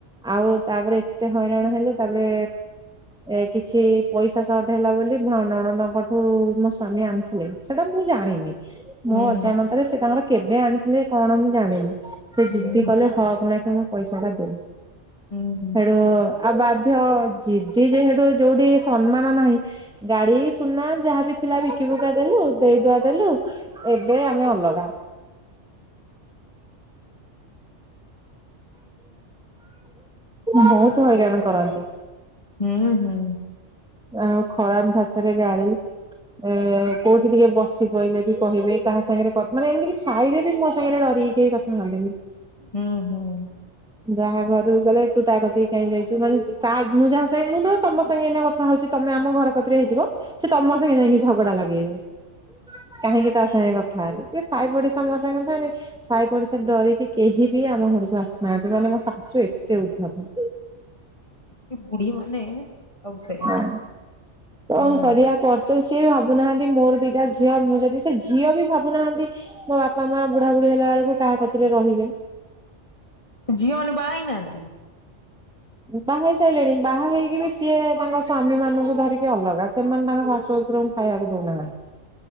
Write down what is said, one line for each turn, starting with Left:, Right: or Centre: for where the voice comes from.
Centre: ଆଉ ତାପରେ ଏତେ ହଇରାଣ ହେଲେ ତାପ୍ରେ ଏ କିଛି ପଇସା ସଟ୍ ହେଲା ବୋଲି ଭ ନଣନ୍ଦଙ୍କଠୁ ମୋ ସ୍ଵାମୀ ଆଣିଥିଲେ। ସେଟା ମୁଁ ଜାଣିନି ମୋ
Left: ହୁଁ
Centre: ଅଜାଣତରେ ସେ ତାଙ୍କର କେବେ ଆଣିଥିଲେ କଣ ମୁଁ ଜାଣିନି। ସେ
Left: ହୁଁ।
Centre: ଜିଦି କଲେ ହକ୍ ନା କି ମୋ ପଇସା ଟା ଦେ
Left: ହୁଁ
Centre: ସେଡୁ ଆଉ ବାଧ୍ୟ ଯିଦି ଯେହେଠୁ ଯୋଉଠି ସମ୍ମାନ ନାହିଁ ଗାଡି ସୁନା ଯାହାବି ଥିଲା ବିକି ବୁକା ଦେଲୁ ଦେଇଦୁଆ ଦେଲୁ ଏବେ ଆମେ ଅଲଗା। ବହୁତ୍‌ ହଇରାଣ କରନ୍ତି।
Left: ହୁଁ ହୁଁଉଁ।
Centre: ଆଉ ଖରାପ୍ ଭାଷାରେ ଗାଳି। ଏଁ କୋଉଠି ଟିକେ ବସିପଇଲେ ବି କହିବେ କାହା ସାଙ୍ଗରେ କଥା ମାନେ ଏମିତି ସାହିରେ ବି ମୋ ସାଙ୍ଗରେ ରହି କି କେଇ କଥା ହନ୍ତିନି।
Left: ହୁଁ ହୁଁ।
Centre: ଯାହା ଘରକୁ ଗଲେ ତୁ ତା କତିକି କାଇଁକି ଯାଇଚୁ ମାନେ ତା ମୁଁ ଯାହା ସଙ୍ଗେ ଧର ତମ ସଙ୍ଗେ ଏଇନା କଥା ହଉଚି ତମେ ଆମ ଘର କତିରେ ହେଇଥିବ ସେ ତମ ସାଙ୍ଗେ ଯାଇକି ଝଗଡା ଲଗେଇବେ। କାହିଁକି କଥା ହେଇଗଲ? ଥା ହେଲୁ ଇଏ ସାହି ପଡିଶା ମୋ ସାଙ୍ଗେ କଥା ହେଲେ ସାଇ ପଡିଶା ଡରିକି କେହି ବି ଆମ ଘରକୁ ଆସୁନାହାନ୍ତି ମାନେ ଆମ ଶାଶୁ ଏତେ ଉଦ୍ଧତ।
Left: ଏ ବୁଢ଼ୀମାନେ ସବୁ ସେଇଆ।
Centre: ହଁ
Left: ହୁଁ,
Centre: କଣ କରିବା ପରଚଉ ସିଏ ବି ଭାବୁନାହାନ୍ତି ମୋର ଦିଟା ଝିଅ ମୁଁ ଯଦି ସେ ଝିଅ ବି ଭାବୁନାହାନ୍ତି ମୋ ବାପା ମା ବୁଢାବୁଢ଼ୀ ହେଲା ବକୁ କାହା କତିରେ ରହିବେ?
Left: ଝିଅ ମାନେ ବାହା ହେଇନାହାନ୍ତି?
Centre: ଉଁ ବାହା ହେଇ ସାରିଲେଣି ବାହା ହେଇକି ବି ସିଏ ତାଙ୍କ ସ୍ଵାମୀ ମାନଙ୍କୁ ଧରିକି ଅଲଗା ସେମାନେ ତାଙ୍କ ଶାଶୁ ଶଶୁର ଙ୍କୁ ଖାଇବାକୁ ଦେଉନାହାନ୍ତି।